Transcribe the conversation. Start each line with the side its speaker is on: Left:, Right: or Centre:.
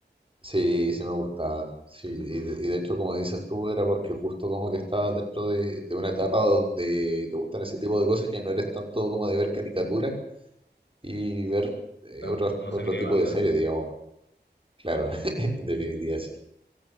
Right: Sí, sí me gustaba. Sí, y de, y de hecho, como dices tú, era porque justo como que estabas dentro de, de una etapa donde te gustan ese tipo de cosas, ya no eres tanto como de ver caricaturas y ver eh,
Left: Claro,
Right: otro,
Left: uno
Right: otro
Left: se cree
Right: tipo
Left: más grande.
Right: de series, digamos. Claro, <laughs> en definitiva sí.